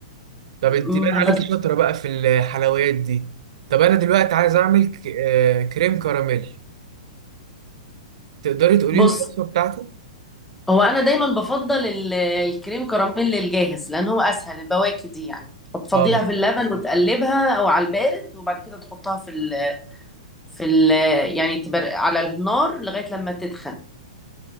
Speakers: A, on the right (about 65°); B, in the centre.
A: طب انت
B: أمم،
A: بان عليكي
B: هبدأ.
A: شاطره بقى في الحلويات دي طب انا دلوقتي عايز اعمل ك- آه، كريم كراميل تقدري تقولي
B: بص
A: لي الوصفه بتاعته
B: هو انا دايما بفضل ال- الكريم كراميل الجاهز لان هو اسهل البواكي دي يعني بتفضيها
A: اه
B: في اللبن وتقلبها او على البارد وبعد كده تحطها في ال في ال يعني تبر... على النار لغايه لما تدخن